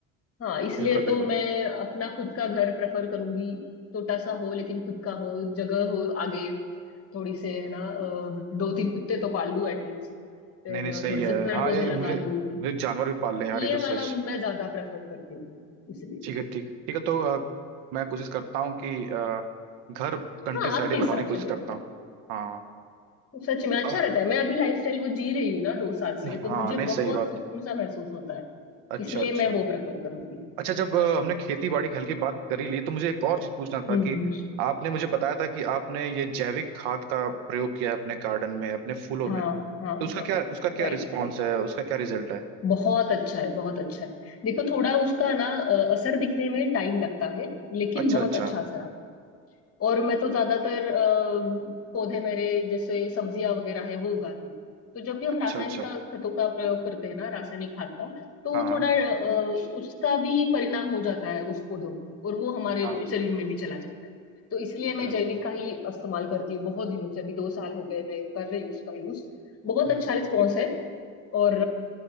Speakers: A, on the left (about 40°); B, on the right (about 80°).
A: हाँ इसलिए
B: बिल्कुल
A: तो
B: बिल्कुल
A: मैं अपना खुद का घर प्रेफर करूंगी छोटा सा हो लेकिन खुद का हो जगह हो आगे थोड़ी से है ना अ, दो तीन कुत्ते तो पाल लूं एटलीस्ट फिर
B: नहीं नहीं सही
A: थोड़े से
B: है
A: पेड़
B: हाँ
A: पौधे
B: ये
A: लगा
B: मुझे
A: लूं
B: मुझे जानवर भी पालने हैं यार
A: ये
B: ये तो सच
A: वाला मैं ज्यादा प्रेफर करती हूँ इसलिए
B: ठीक है ठीक है ठीक है तो अ, मैं कोशिश करता हूँ कि अ, घर कंट्री
A: हाँ
B: साइड
A: आपके
B: ही
A: हिसाब
B: बनाने की कोशिश
A: से देखो
B: करता हूँ हाँ
A: सच में अच्छा
B: अ,
A: रहता है मैं अभी लाइफस्टाइल वो जी रही हूँ ना दो साल से
B: हाँ
A: तो मुझे
B: नहीं
A: बहुत
B: सही बात
A: सुकून सा महसूस होता है
B: अच्छा
A: इसलिए
B: अच्छा
A: मैं वो प्रेफर करूंगी
B: अच्छा जब अ, हमने खेती बाड़ी के हल की बात करी ली तो मुझे एक और चीज पूछना था
A: हम्म
B: कि
A: हम्म
B: आपने मुझे बताया था कि आपने ये जैविक खाद का प्रयोग किया है अपने गार्डन में अपने फूलों
A: हाँ
B: में
A: हाँ
B: तो उसका
A: हाँ
B: क्या उसका
A: राइट
B: क्या रिस्पॉन्स है उसका क्या रिजल्ट है
A: बहुत अच्छा है बहुत अच्छा है देखो थोड़ा उसका ना अ, असर दिखने में टाइम लगता है लेकिन
B: अच्छा
A: बहुत
B: अच्छा
A: अच्छा असर आता है और मैं तो ज्यादातर अ, पौधे मेरे जैसे सब्जियां वगैरह है वो उगाती हूँ तो जब भी हम
B: अच्छा
A: रासायनिक
B: अच्छा
A: का खतों का प्रयोग करते हैं ना रासायनिक खाद का तो
B: हाँ
A: थोड़ा अ, उसका भी परिणाम हो जाता है उस पौधों पे और वो हमारे
B: हाँ
A: शरीर में भी चला जाता है तो इसलिए मैं
B: हम्म
A: जैविक का ही इस्तेमाल करती हूँ बहुत दिनों से अभी दो साल हो गए मैं कर रही हूँ उसका यूज बहुत
B: हम्म
A: अच्छा रिस्पॉन्स है और